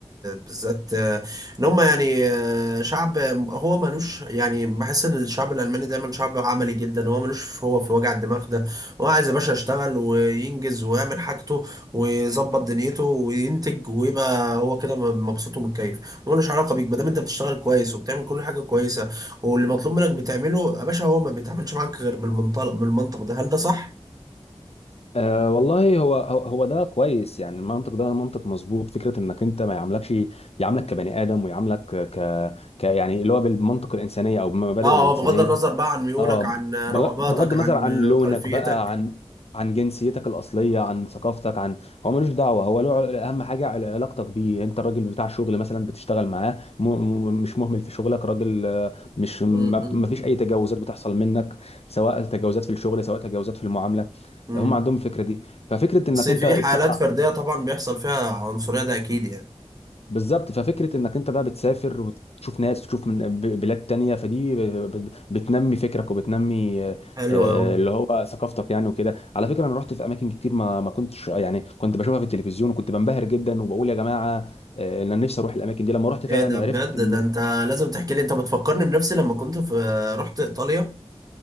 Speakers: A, on the right; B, on the left.
A: بالذات آه، إن هم يعني آه، شعب هو ملوش يعني بحس إن الشعب الألماني دايما شعب عملي جدا هو ملوش في- هو في وجع الدماغ ده هو عايز يا باشا يشتغل وينجز ويعمل حاجته ويظبط دنيته وينتج ويبقى هو كده مبسوط ومتكيف ملوش علاقة بيك ما دام أنت بتشتغل كويس وبتعمل كل حاجة كويسة واللي مطلوب منك بتعمله يا باشا هو ما بيتعاملش معاك غير بالمنطلق بالمنطق ده هل ده صح؟
B: أه والله هو هو هو ده كويس يعني المنطق ده منطق مظبوط فكره انك انت ما يعاملكش يعاملك كبني ادم ويعاملك ك... ك يعني اللي هو بالمنطق الانسانيه او بالمبادئ
A: اه
B: الانسانيه
A: هو بغض النظر بقى عن ميولك
B: اه
A: عن رغباتك
B: بغ- بغض النظر
A: عن
B: عن لونك
A: خلفيتك
B: بقى عن عن جنسيتك الأصلية عن ثقافتك عن هو ملوش دعوة هو له ع- أهم حاجة عل- علاقتك بيه أنت الراجل بتاع شغل مثلا بتشتغل معاه م... م... مش مهمل في شغلك راجل آه، مش ما...
A: امم
B: ما فيش أي تجاوزات بتحصل منك سواء تجاوزات في الشغل سواء تجاوزات في المعاملة
A: امم
B: هم عندهم الفكرة دي ففكرة
A: بس
B: إنك
A: في
B: أنت السفر
A: حالات فردية طبعا بيحصل فيها عنصرية ده اكيد يعني
B: بالظبط ففكرة انك انت بقى بتسافر وتشوف ناس تشوف من ب- بلاد تانية فدي ب- ب- بتنمي فكرك وبتنمي آه،
A: حلو
B: آه،
A: قوي
B: اللي هو ثقافتك يعني وكده على فكرة انا رحت في اماكن كتير ما ما كنتش يعني كنت بشوفها في التلفزيون وكنت بنبهر جدا وبقول يا جماعة آه، إن انا نفسي اروح الاماكن دي لما رحت فعلا
A: ايه ده بجد
B: عرفت ان
A: ده انت لازم تحكي لي انت بتفكرني بنفسي لما كنت في رحت ايطاليا